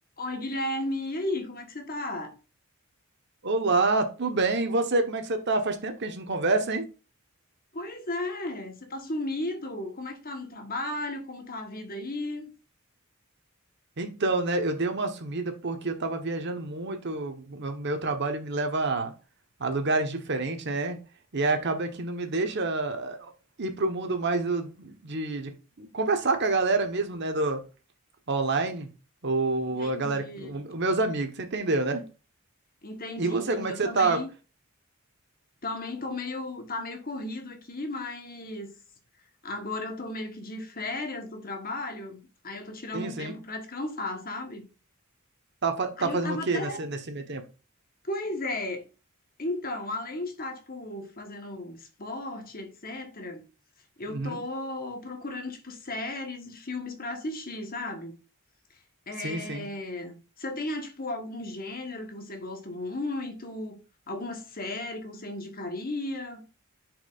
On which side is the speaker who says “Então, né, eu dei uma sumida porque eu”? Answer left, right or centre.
Right